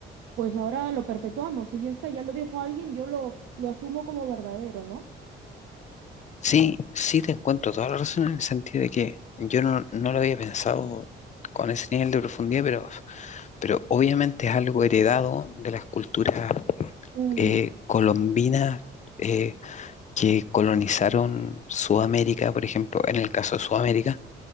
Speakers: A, on the right; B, on the left.
A: pues ahora lo perpetuamos. Si ya está, ya lo dijo alguien, yo lo, lo asumo como verdadero, ¿no?
B: Sí, sí te encuentro toda la razón en el sentido de que yo no, no lo había pensado con ese nivel de profundidad, pero, pero obviamente es algo heredado de las culturas
A: Mm,
B: eh, colombinas eh, que colonizaron Sudamérica, por ejemplo, en el caso de Sudamérica,